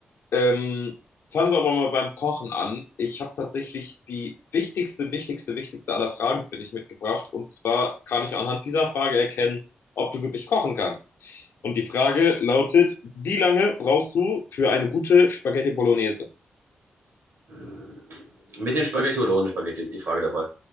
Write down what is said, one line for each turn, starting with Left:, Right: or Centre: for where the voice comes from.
Left: Ähm, fangen wir aber mal beim Kochen an. Ich habe tatsächlich die wichtigste, wichtigste, wichtigste aller Fragen für dich mitgebracht. Und zwar kann ich anhand dieser Frage erkennen, ob du wirklich kochen kannst. Und die Frage lautet, wie lange brauchst du für eine gute Spaghetti Bolognese?
Right: Äh, Mit den Spaghetti oder ohne Spaghetti ist die Frage dabei.